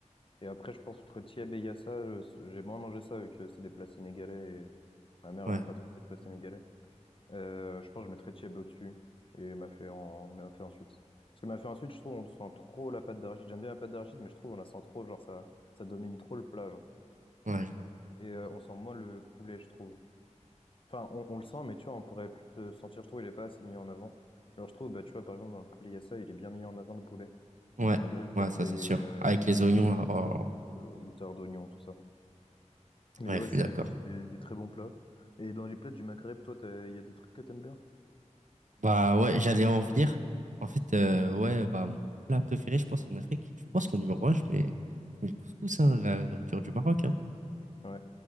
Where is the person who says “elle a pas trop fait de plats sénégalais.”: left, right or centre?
Left